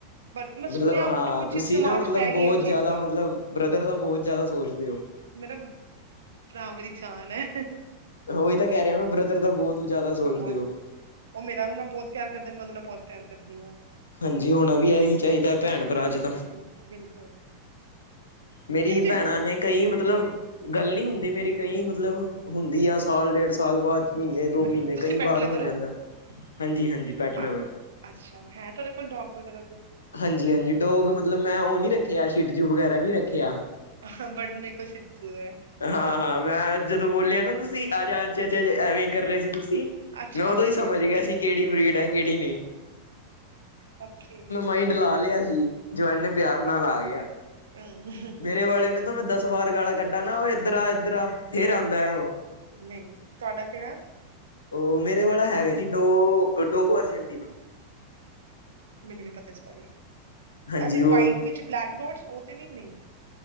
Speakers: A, on the right (about 65°); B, on the left (about 70°).
A: ਬਟ ਮੈਂ ਸੁਣਿਆ
B: ਮਤਲਬ
A: ਹੁਣ
B: ਹਾਂ
A: ਜੋ
B: ਤੁਸੀਂ
A: ਚੀਜ਼ ਦਿਮਾਗ
B: ਨਾ ਮਤਲਬ
A: ਚ ਪੈ
B: ਬਹੁਤ
A: ਗਈ ਉਹ ਚੀਜ਼
B: ਜ਼ਿਆਦਾ
A: ਦਾ
B: ਮਤਲਬ ਬ੍ਰਦਰ ਦਾ ਬਹੁਤ ਜ਼ਿਆਦਾ ਸੋਚਦੇ ਹੋ।
A: ਮੇਰਾ ਭਰਾ ਮੇਰੀ ਜਾਨ ਐ।
B: ਉਹੀ ਤਾਂ ਕਹਿ ਰਿਹਾ ਵਾਂ ਬ੍ਰਦਰ ਦਾ ਬਹੁਤ ਜ਼ਿਆਦਾ ਸੋਚਦੇ
A: ਬਹੁਤ
B: ਹੋ।
A: ਉਹ ਮੇਰਾ ਵੀ ਨਾਲ ਬਹੁਤ ਪਿਆਰ ਕਰਦੈ ਮੈਂ ਉਹਦੇ ਨਾਲ ਬਹੁਤ ਪਿਆਰ ਕਰਦੀ ਹਾਂ।
B: ਹਾਂਜੀ ਹੋਣਾ ਵੀ ਇਹੀ ਚਾਹੀਦੈ ਭੈਣ ਭਰਾ
A: ਹਾਂਜੀ
B: ਚ ਤਾਂ
A: ਬਿਲਕੁਲ
B: ਮੇਰੀ
A: ਚਿਨ ਚਿਨ
B: ਭੈਣਾਂ ਨੇ ਕਈ ਮਤਲਬ ਗੱਲ ਨੀ ਹੁੰਦੀ ਮੇਰੀ ਕਈ ਮਤਲਬ ਹੁੰਦੀ ਆ ਸਾਲ ਡੇਢ ਸਾਲ ਬਾਅਦ ਮਹੀਨੇ
A: ਅੱਛਾ,
B: ਦੋ
A: ਅੱਛਾ
B: ਮਹੀਨੇ
A: ਤੁਸੀਂ
B: ਕਈ
A: ਪੈਟ
B: ਵਾਰ
A: ਲਵਰ
B: ਹੋ ਜਾਂਦਾ, ਹਾਂਜੀ- ਹਾਂਜੀ ਪੈਟਲੈਵਰ
A: ਅ- ਅੱਛਾ ਹੈ ਤੁਹਾਡੇ ਕੋਲ ਡੋਗ ਵਗੈਰਾ ਕੋਈ
B: ਹਾਂਜੀ- ਹਾਂਜੀ ਡੋਗ ਮਤਲਬ ਮੈਂ ਉਹ ਨੀ ਰੱਖਿਆ, ਸ਼ਿਟ ਜੂ ਵਗੈਰਾ ਨੀ ਰੱਖਿਆ
A: ਹਾਂ ਬੜ ਮੇਰੇ ਕੋਲ ਸ਼ਿਟ ਜੂ ਹੈ
B: ਹਾਂ ਹਾਂ ਮੈਂ ਜਦੋਂ ਬੋਲਿਆ ਨਾ ਤੁਸੀਂ ਆਜਚ ਅੱਛਾ ਐਵੇਂ ਕਰ ਰਹੇ ਸੀ ਤੁਸੀਂ
A: ਅੱਛਾ,
B: ਮੈਂ ਉਦੋਂ ਸਮਝ ਗਿਆ ਸੀ ਕਿਹੜੀ ਬਰੀਡ ਹੈ ਕਿਹੜੀ ਨਹੀਂ
A: ਔਖੇ
B: ਮਾਈੰਡ ਲਾ ਲਿਆ ਸੀ, ਜੋ ਇੰਨੇ ਪਿਆਰ ਨਾਲ ਆ ਗਿਆ
A: ਨਹੀ ਹਮ
B: ਮੇਰੇ ਵਾਲੇ ਨੂੰ ਤਾਂ ਮੈਂ ਦਸ ਵਾਰ ਗਾਲਾ ਕੱਢਾ ਨਾ ਉਹ ਇੱਧਰ ਆ ਇੱਧਰ ਆ ਫੇਰ ਆਉਂਦਾ ਆ ਉਹ
A: ਨਹੀਂ, ਤੁਹਾਡਾ ਕਿਹੜਾ
B: ਉਹ ਮੇਰੇ ਵਾਲਾ ਹੈਗਾ ਜੀ ਡੋ ਡੋਗੋ ਅਰਜਨਟੀਨੋ
A: ਮੈਨੂੰ ਨੀ ਪਤਾ ਇਸ ਬਾਰੇ,
B: ਹਾਂਜੀ
A: ਅਸੀ
B: ਉਹ
A: ਵਾਈਟ ਵਿੱਚ ਬਲੈਕ ਡੋਟਸ ਉਹ ਤੇ ਨੀ ਨਹੀਂ